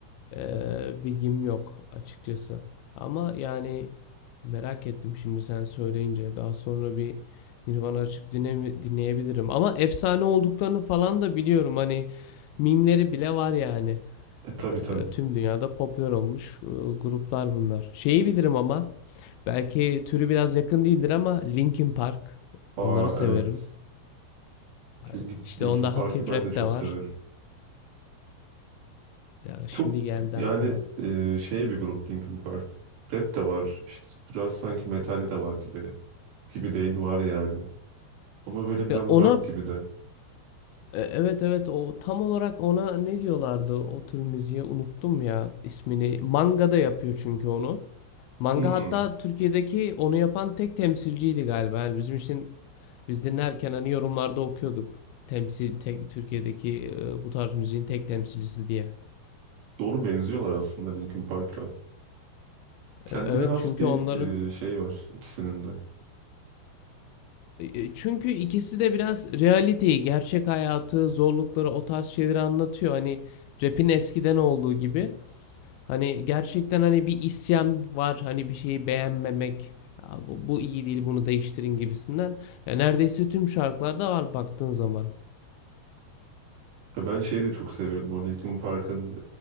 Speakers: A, on the left (about 85°); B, on the right (about 75°).
A: Ee, bilgim yok açıkçası. Ama yani merak ettim şimdi sen söyleyince. Daha sonra bir Nirvana açıp dinleme- dinleyebilirim. Ama efsane olduklarını falan da biliyorum. Hani mimleri bile var yani.
B: E tabii tabii.
A: Ee, Tüm dünyada popüler olmuş e, gruplar bunlar. Şeyi bilirim ama belki türü biraz yakın değildir ama Linkin Park.
B: Aa
A: Onları severim.
B: evet.
A: Ee,
B: Linkin,
A: İşte
B: Linkin
A: onda
B: Park'ı
A: hafif
B: ben
A: rap
B: de çok
A: de var.
B: severim.
A: Ya şimdi
B: Çok
A: geldi
B: yani
A: aklıma.
B: eee, şey bir grup Linkin Park. Rap de var. İşte biraz sanki metal de var gibi. Gibi değil var yani. Ama böyle biraz
A: Ya ona
B: rock gibi de.
A: E, Evet evet o tam olarak ona ne diyorlardı o tür müziğe unuttum ya ismini. Manga da yapıyor çünkü onu. Manga
B: Hmm.
A: hatta Türkiye'deki onu yapan tek temsilciydi galiba. Yani bizim için biz dinlerken hani yorumlarda okuyorduk. Temsil tek Türkiye'deki e, bu tarz müziğin tek temsilcisi diye.
B: Doğru benziyorlar aslında Linkin Park'la. Kendine
A: E, Evet
B: has
A: çünkü
B: bir
A: onların
B: eee, şey var ikisinin de.
A: e, e, çünkü ikisi de biraz realiteyi, gerçek hayatı, zorlukları, o tarz şeyleri anlatıyor. Hani rap'in eskiden olduğu gibi. Hani gerçekten hani bir isyan var. Hani bir şeyi beğenmemek. "Ya bu, bu iyi değil bunu değiştirin gibisinden. Ya neredeyse tüm şarkılarda var baktığın zaman.
B: Ya Ben şeyi de çok seviyordum. O Linkin Park'ın